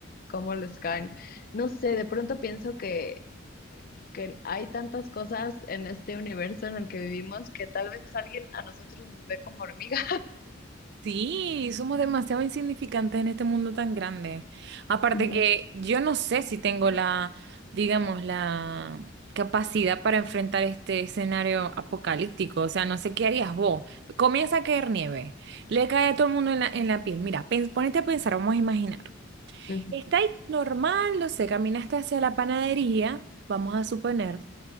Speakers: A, on the left; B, on the right.
A: cómo les caen. No sé, de pronto pienso que, que hay tantas cosas en este universo en el que vivimos que tal vez alguien a nosotros nos ve como hormigas.
B: Sí, somos demasiado insignificantes en este mundo tan grande. Aparte
A: <laughs> Ujú.
B: que yo no sé si tengo la, digamos, la capacidad para enfrentar este escenario apocalíptico. O sea, no sé qué harías vos. Comienza a caer nieve. Le cae a todo el mundo en la, en la piel. Mira, pens- ponete a pensar, vamos a imaginar.
A: Ujú.
B: Está ahí normal, no sé, caminaste hacia la panadería, vamos a suponer,